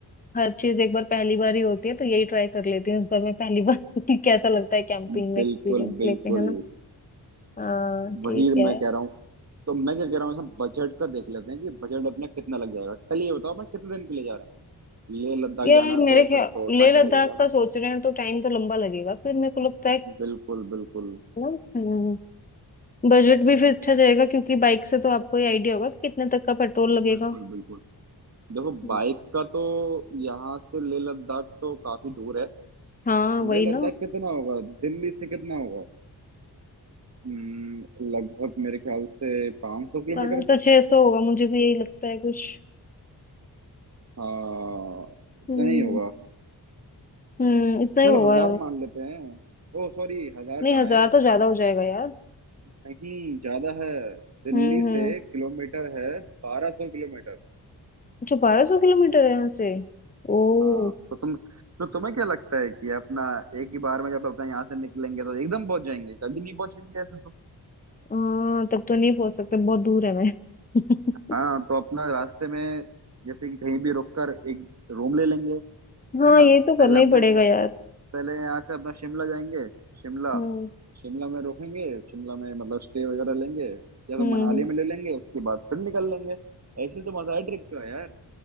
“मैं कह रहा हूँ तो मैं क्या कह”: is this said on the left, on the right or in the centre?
Right